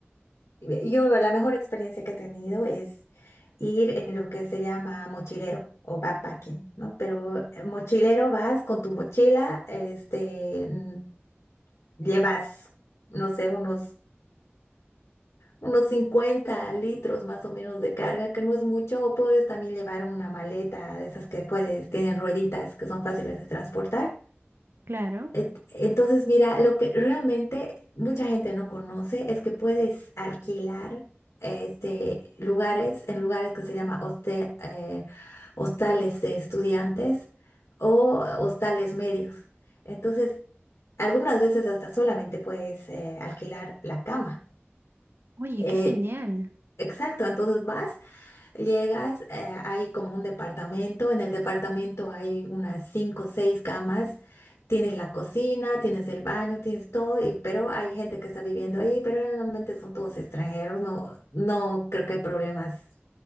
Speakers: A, on the left (about 80°); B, on the right (about 60°).
A: Yo la mejor experiencia que he tenido es ir en lo que se llama mochilero o backpacking, ¿no? Pero eh, mochilero vas con tu mochila, este, mm, llevas, no sé, unos, unos 50 litros más o menos de carga, que no es mucho, o puedes también llevar una maleta de esas que puedes, tienen rueditas que son fáciles de transportar.
B: Claro.
A: Et- Entonces, mira, lo que realmente mucha gente no conoce es que puedes alquilar este, lugares en lugares que se llama hoste- eh, hostales de estudiantes o hostales medios. Entonces, algunas veces hasta solamente puedes eh, alquilar la cama.
B: Oye,
A: Eh,
B: qué genial.
A: exacto, entonces vas Llegas, eh, hay como un departamento, en el departamento hay unas cinco o seis camas, tienes la cocina, tienes el baño, tienes todo, y- pero hay gente que está viviendo ahí, pero generalmente son todos extranjeros, no, no creo que hay problemas